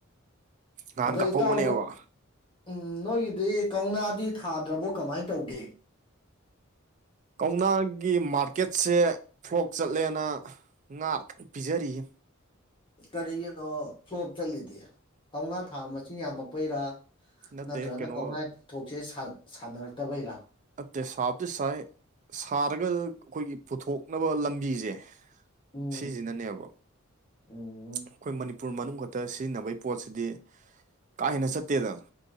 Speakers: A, on the right; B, on the left.
A: ꯅꯍꯥꯟ
B: ꯑꯗꯣ
A: ꯀꯥꯞꯐꯧꯕꯅꯦꯕ
B: ꯏꯇꯥꯎꯗꯣ ꯎꯝ ꯅꯣꯏꯒꯤꯗꯤ ꯀꯧꯅꯥꯗꯤ ꯊꯥꯗ꯭ꯔꯕꯣ ꯀꯃꯥꯏꯅ ꯇꯧꯒꯦ
A: ꯀꯧꯅꯥꯒꯤ ꯃꯥꯔꯀꯦꯠꯁꯦ ꯐ꯭ꯂꯣꯛ ꯆꯠꯂꯦꯅ ꯉꯥꯗ ꯀꯟ ꯄꯤꯖꯔꯤꯌꯦ
B: ꯀꯔꯤꯒꯤꯅꯣ ꯐ꯭ꯂꯣꯞ ꯆꯠꯂꯤꯗꯤ ꯀꯧꯅꯥ ꯊꯥꯕ ꯃꯁꯤꯡ ꯌꯥꯝꯃꯛꯄꯩꯔꯥ
A: ꯅꯠꯇꯦ
B: ꯅꯠꯇ꯭ꯔꯒꯅ
A: ꯀꯩꯅꯣ
B: ꯀꯧꯅꯥꯒꯤ ꯄꯣꯊꯣꯛꯁꯦ ꯁꯥꯟꯅꯔꯛꯇꯕꯩꯔꯥ
A: ꯅꯠꯇꯦ ꯁꯥꯕꯗꯤ ꯁꯥꯏ ꯁꯥꯔꯒ ꯑꯩꯈꯣꯏꯒꯤ ꯄꯨꯊꯣꯛꯅꯕ ꯂꯝꯕꯤꯁꯦ
B: ꯎꯝ
A: ꯁꯤꯖꯤꯅꯅꯦꯕ
B: ꯎꯝ
A: ꯑꯩꯈꯣꯏ ꯃꯅꯤꯄꯨꯔ ꯃꯅꯨꯡ ꯈꯛꯇ ꯁꯤꯖꯤꯟꯅꯕꯩ ꯄꯣꯠꯁꯤꯗꯤ ꯀꯥ ꯍꯦꯟꯅ ꯆꯠꯇꯦꯗꯅ